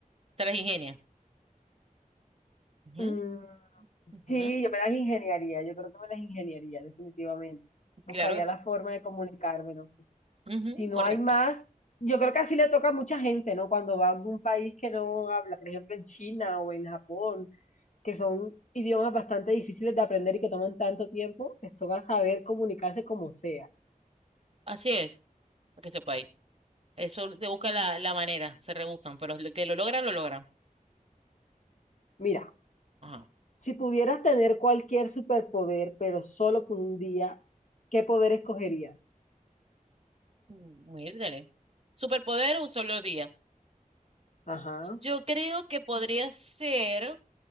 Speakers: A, on the right; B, on the left.
A: Se las ingenia. Ujú,
B: Mm,
A: ujú,
B: sí, yo me las ingeniaría. Yo creo que me las ingeniaría, definitivamente. Buscaría
A: claro que
B: la
A: sí.
B: forma de comunicarme, ¿no?
A: Ujú,
B: si no
A: correcto.
B: hay más, yo creo que así le toca a mucha gente, ¿no? Cuando va a algún país que no habla, por ejemplo en China o en Japón, que son idiomas bastante difíciles de aprender y que toman tanto tiempo, les toca saber comunicarse como sea.
A: Así es, para que sepa Eso te busca la, la manera, se rebuscan, pero lo que lo logran, lo logran.
B: Mira,
A: Ajá.
B: si pudieras tener cualquier superpoder, pero solo por un día, ¿qué poder escogerías?
A: Muérdale. Superpoder un solo día.
B: Ajá.
A: Yo creo que podría ser.